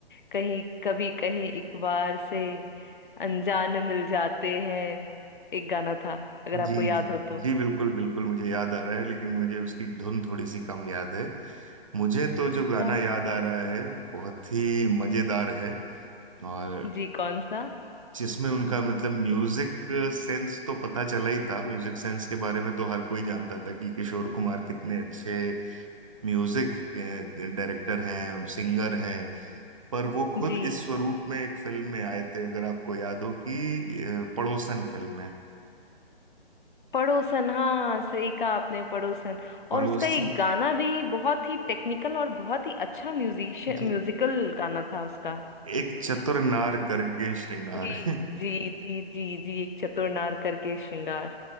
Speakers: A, on the left; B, on the right.
A: कहीं कभी कहीं एक बार से अनजान मिल जाते हैं एक गाना था अगर
B: जी
A: आपको याद
B: जी
A: हो तो
B: जी बिल्कुल बिल्कुल मुझे याद आ रहा है लेकिन मुझे उसकी धुन थोड़ी सी कम याद है मुझे
A: आते
B: तो जो गाना
A: जाते
B: याद आ रहा है बहुत ही मजेदार है और
A: जी कौन सा
B: जिसमें उनका मतलब म्यूजिक सेंस तो पता चला ही था म्यूजिक सेंस के बारे में तो हर कोई जानता था कि किशोर कुमार कितने अच्छे म्यूजिक डायरेक्टर हैं सिंगर हैं पर वो खुद
A: जी
B: इस स्वरूप में एक फिल्म में आए थे अगर आपको याद हो कि अ, पड़ोसन फिल्म है
A: पड़ोसन हाँ सही कहा आपने पड़ोसन
B: पड़ोसन
A: और उसका एक गाना भी बहुत ही टेक्निकल और बहुत ही अच्छा म्यूजिशियन
B: जी
A: म्यूजिकल गाना था उसका
B: एक चतुर नार करके श्रृंगार
A: जी
B: है।
A: जी जी जी जी एक चतुर नार करके श्रृंगार